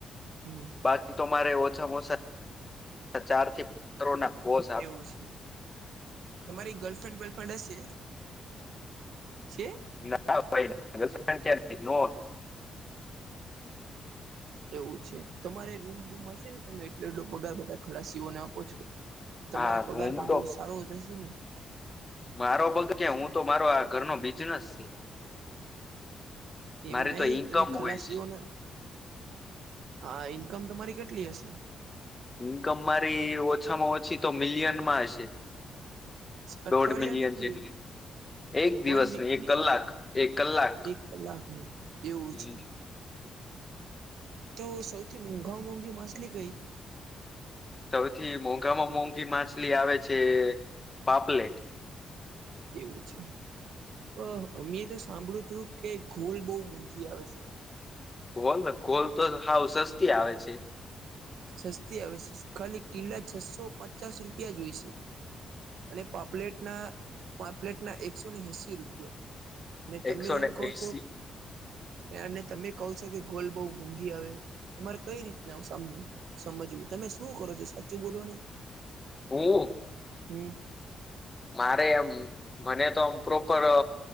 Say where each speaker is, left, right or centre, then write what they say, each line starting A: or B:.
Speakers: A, on the right (about 80°); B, on the left (about 20°).
A: હમ
B: બાકી તો મારે ઓછામાં ઓછ ચારથી કરોડ ના પોસ
A: એવું છે તમારી ગર્લફ્રેન્ડ બોલફ્રેન્ડ હશે. છે.
B: ના ભાઈ ગર્લફ્રેન્ડ ક્યારે <unintelligible>
A: એવું છે તમારે રૂમ ગૂમ હશે ને તમે એટલો એટલો પગાર બધા ખલાસીઓને આપો છો તમારો
B: હા
A: પગાર
B: હું
A: પણ
B: તો
A: બહુ સારો જશે ને
B: મારો ભગ કે હું તો મારો આ ઘરનો બિઝનેસ છે.
A: એમ
B: મારી
A: નહિ
B: તો ઈન્કમ
A: તમે ખલાસીઓને
B: હોય છે
A: હા ઇન્કમ તમારી કેટલી હશે
B: ઇન્કમ મારી ઓછામાં ઓછી તો મિલિયન માં હશે.
A: અઠવાળ
B: દોઢ મિલિયન
A: ની કે
B: જેટલી એક દિવસની
A: વન વીકની
B: એક કલાક એક કલાક
A: એક કલાકની એવું
B: હમ
A: છે. તો સૌથી મોંઘા મોંઘી માછલી કઈ
B: સૌથી મોંઘામાં મોંઘી માછલી આવે છે પાપલેટ
A: એવું છે મૈં તો અમે તો સાંભળ્યું તું કે ઘોલ બહુ મોંઘી આવે છે.
B: કોલ ને કોલ તો સાવ સસ્તી આવે છે.
A: સસ્તી આવે છે ખાલી કિલ્લા છસો પચાસ રૂપિયા જોઈશે. અને પાપલેટના પાપલેટના એકસો ને એસી રૂપિયા ને તમે
B: એકસો ને
A: એમ કહો
B: એસી
A: છો અને તમે કહ છો કે ગોલ બહુ મોંઘી આવે તમારે કઈ રીતના આવસા આમ સમજવું તમે શું કરો છો સાચું બોલો નહી
B: હ
A: હમ.
B: મારે એમ મને તો આમ પ્રોપર